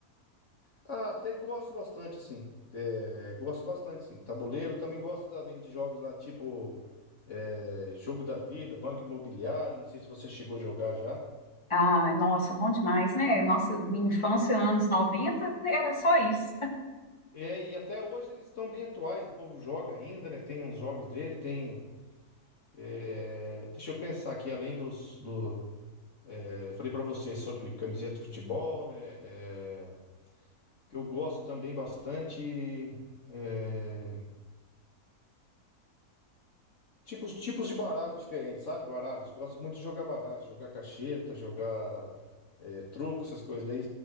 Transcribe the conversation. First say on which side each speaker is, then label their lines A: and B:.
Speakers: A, on the left; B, on the left.
A: Ah, até gosto bastante, sim. É, gosto bastante, sim. Tabuleiro, também gosto também de jogos lá, tipo é, Jogo da Vida, Banco Imobiliário, não sei se você chegou a jogar já.
B: Ah, nossa, bom demais, né? Nossa, minha infância, anos 90 era só isso.
A: É, e até hoje eles estão bem atuais, o povo joga ainda, né? Tem uns jogos dele, tem. é, deixa eu pensar aqui, além dos. Do, é, eu falei pra você sobre camiseta de futebol, né? é, que eu gosto também bastante. é, tipos, tipos de baralho diferentes, sabe? Baralhos. Eu Gosto muito de jogar baralho, jogar cacheta, jogar é, truco, essas coisas. Daí